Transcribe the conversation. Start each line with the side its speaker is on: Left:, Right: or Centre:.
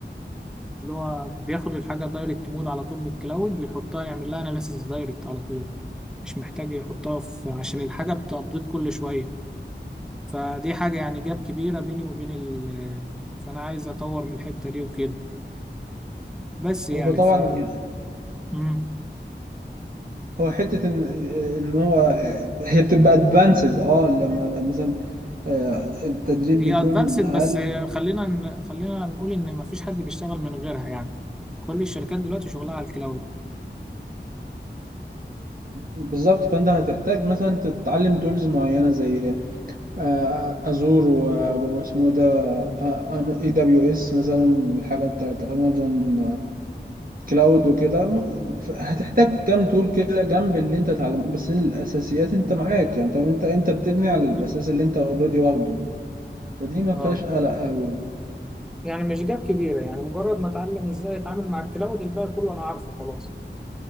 Centre: اللي هو بياخد الحاجه دايركت مود على طول من الكلاود ويحطها يعمل لها اناليسيس دايركت على طول مش محتاج يحطها في عشان الحاجه بتابديت كل شويه فدي حاجه يعني جاب كبيره بيني وبين ال فانا عايز اطور من الحته دي وكده بس يعني
Right: هو طبعا
Centre: ف
Right: يعني
Centre: مم.
Right: هو حتة إن إن هو هي بتبقى ادفانسد أه لما مثلا آه، التدريب
Centre: هي
Right: بيكون
Centre: ادفانسد
Right: أقل
Centre: بس خلينا ن- خلينا نقول ان مفيش حد بيشتغل من غيرها يعني كل الشركات دلوقتي شغلها على الكلاود
Right: بالظبط فأنت هتحتاج مثلا تتعلم تولز معينة زي آه، أزور و- واسمه ده اي دبليو اس مثلا الحاجة بتاعت أمازون كلاود وكده م- ف- هتحتاج كام تول كده جنب اللي أنت اتعلمته بس الأساسيات أنت معاك يعني فاهم أنت أنت بتبني على
Centre: بالظبط
Right: الأساس اللي أنت أوريدي واخده فدي ما
Centre: اه
Right: فيهاش قلق أوي
Centre: يعني مش جاب كبيرة يعني مجرد ما اتعلم ازاي اتعامل مع الكلاود الباقي كله انا عارفه خلاص